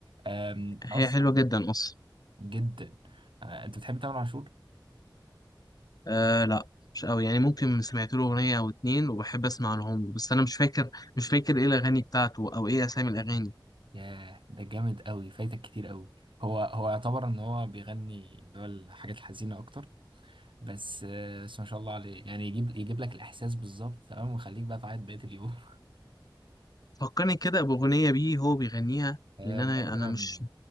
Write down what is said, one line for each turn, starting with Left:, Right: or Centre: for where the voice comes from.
Right: آم، انا
Left: هي
Right: اصلا
Left: حلوة جدا أصلا
Right: جدا آه، انت بتحب تامر عاشور؟
Left: آه لا مش قوي يعني ممكن سمعت له أغنية أو اتنين وبحب أسمع لهم بس أنا مش فاكر مش فاكر إيه الأغاني بتاعته أو إيه أسامي الأغاني
Right: ياه ده جامد قوي فايتك كتير قوي هو هو يعتبر ان هو بيغني اللي هو الحاجات الحزينه اكتر بس آه، بس ما شاء الله عليه يعني يجيب يجيب لك الاحساس بالظبط تمام ويخليك بقى تعيط بقيه اليوم <laughs>
Left: فكرني كده بأغنية بيه هو بيغنيها
Right: آه،
Left: لأن أنا
Right: مثلا
Left: أنا مش